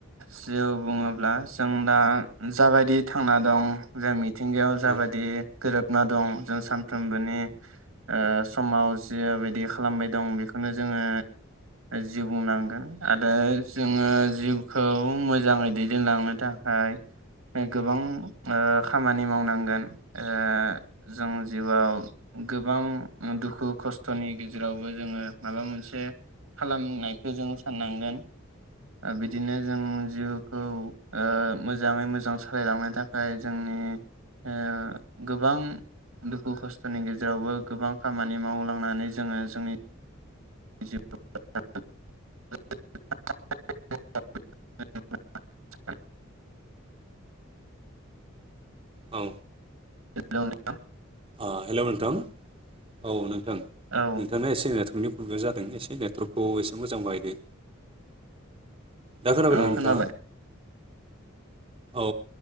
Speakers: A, on the right; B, on the right.
A: जिउ बुंङोब्ला जों दा जाबायदि थांना दं जों मिथिंगायाव जाबायदि
B: औ
A: गोरोबना दं जों सानफ्रोमबोनि ओ समाव जिबायदि खालामबाय दं बेखौनो जोंङो जिउ बुंनांगोन आरो जोंङो जिउखौ मोजांङै दैदेनलांनो थाखाय गोबां ओ खामानि मावनांगोन ओ जों जिउआव गोबां दुखु खस्थ'नि गेजेरावबो जोंङो माबा मोनसे खालाम नायखौ जों साननांगोन। ओ बिदिनो जों जिउखौ ओ मोजांङै मोजां सालायलांनो थाखाय जोंनि ओ गोबां दुखु खस्थ'नि गेजेरावबो गोबां खामानि मावलांनानै जोंङो जोंनि जिउ <unintelligible> <unintelligible>
B: औ
A: हेल' नोंथां।
B: ओ हेल' नोंथां औ नों थां
A: औ
B: नोंथांना एसे नेथन प्रबलेम जादों एसे नेटवर्कखौ एसे मोजां बाहायदो। दा खोनाबायदा
A: औ
B: नोंथाङा?
A: खोनाबाय
B: औ